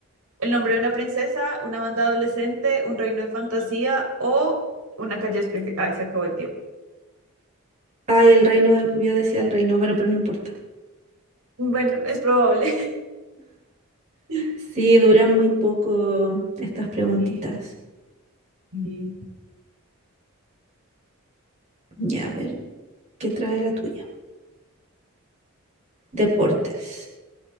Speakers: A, on the right; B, on the right.
A: El nombre de una princesa, una banda adolescente, un reino de fantasía o una calle de Springfield. Ay, se acabó el tiempo.
B: Ay, el reino, de- yo decía el reino, bueno, pero no importa.
A: Bueno, es probable. <laughs>
B: Sí, duran muy poco estas preguntitas.
A: Y, y
B: Ya, a ver, ¿qué trae la tuya? Deportes.